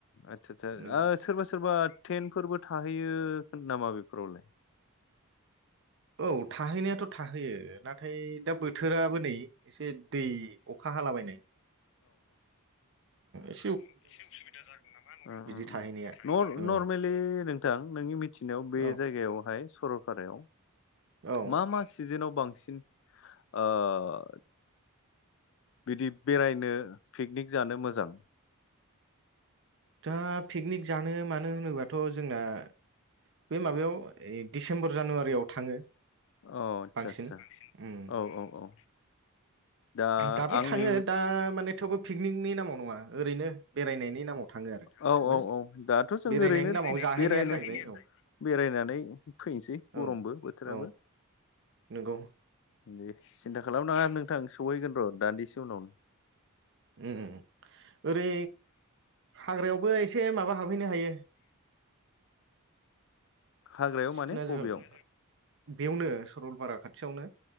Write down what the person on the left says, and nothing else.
आदसा सा
ओ सोरबा सोरबा थेनथफोरबो थाहैयो नामा बेफोरावलाय
ओ ओ बिदि थांबा
न
नरमेलि नोंथां नोंनि मिथिनायाव बे
जायगायावहाय सरलपारायाव
मा मा सिजेनाव बांसिन ओ बिदि बेरायनो पिकनिक जानो मोजां
अ आदसा
आदसा
औ औ औ दा
आंनि
औ
औ औ दाथ जों
ओरैनो
बेरायनो
बेरायनानै फैनोसै गरमबो
बोथोराबो
दे सिन्था खालामनाङा नोंथां सहैगोन र दान्दिसे उनाव
हाग्रायाव
माने
बबेयाव